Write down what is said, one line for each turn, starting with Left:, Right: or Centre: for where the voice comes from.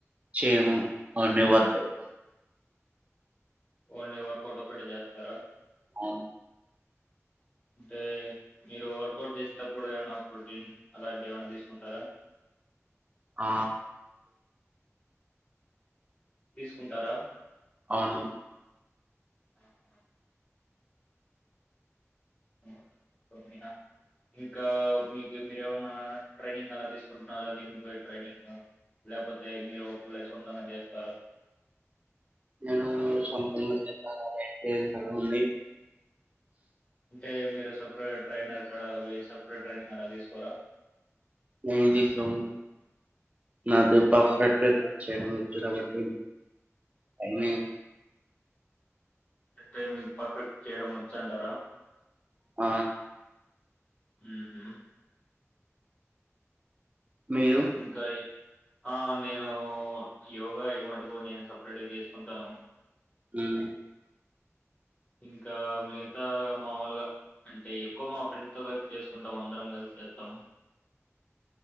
Right: చెయము ఓన్లీ వర్కౌట్
Left: ఓన్లీ వర్కౌట్ ఒక్కటి చేస్తారా?
Right: అవును
Left: అంటే మీరు వర్కౌట్ చేసేటప్పుడు ఏమనా ప్రోటీన్ అలాంటివి ఏమనా తీసుకుంటారా
Right: ఆ
Left: తీసుకుంటారా
Right: ఔను
Left: ఉహు ఓ తూ మీన ఇంకా మీకు మీరేమన్నా ట్రైనింగ్ అలా తీసుకుంటారా జిమ్క్ ట్రైనింగ్ లేపోతే మీరు ఒక లేచేస్కుంటున్నారు చేస్తారా
Right: నేను సొంతగా చెప్పాలని అయితే చాల ఉంది
Left: అంటే మీరు సపరేట్ ట్రైనర్ కడపోయి సపరేట్ ట్రైనింగ్ అలా తీసుకోరా
Right: ఏం తీసుకోమండి నాకు
Left: ఆ
Right: సెపరేటేగా చేయడం వచ్చు వచ్చు కాబట్టి పైన
Left: టైమింగ్ పర్ఫెక్ట్ చేయడం వచ్చంటారా
Right: ఆ
Left: ఊహు
Right: మీరు
Left: ఇంకా ఎ ఆ నేనూ యోగా ఐమటుకు నేను సప్రేట్గ చేస్కుంటాను
Right: హ్మ్
Left: ఇంకా మిగతా మాముల్గా అంటే ఎక్క్వా మా ఫ్రెండ్స్ తొ కలిసి చేసుకుంటం అందరం కలిసి చేత్తము